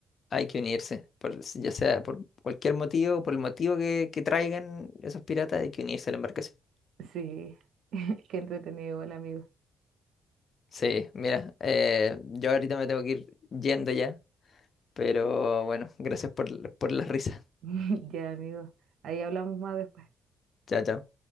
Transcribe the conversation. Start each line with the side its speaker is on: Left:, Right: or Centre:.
Left: Hay que unirse, por- ya sea por cualquier motivo, por el motivo que, que traigan esos piratas, hay que unirse a la embarcación.
Right: Sí, <laughs> qué entretenido, igual, amigo.
Left: Sí, mira, eh, yo ahorita me tengo que ir yendo ya, pero bueno, gracias por, por las risas.
Right: <laughs> Ya, amigo, ahí hablamos más después.
Left: Chao, chao.